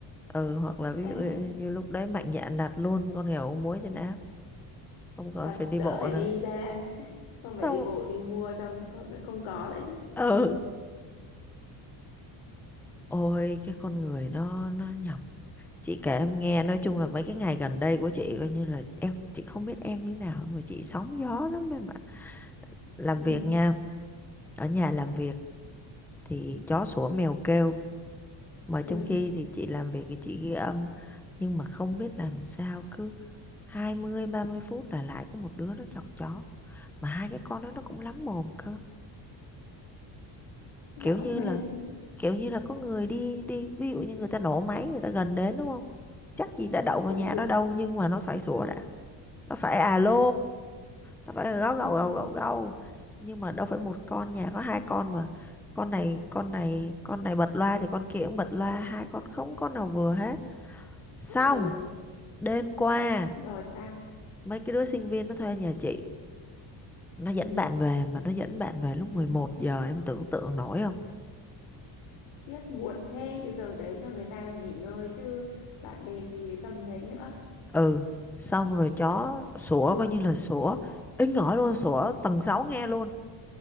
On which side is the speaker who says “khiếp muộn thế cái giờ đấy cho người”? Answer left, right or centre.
Left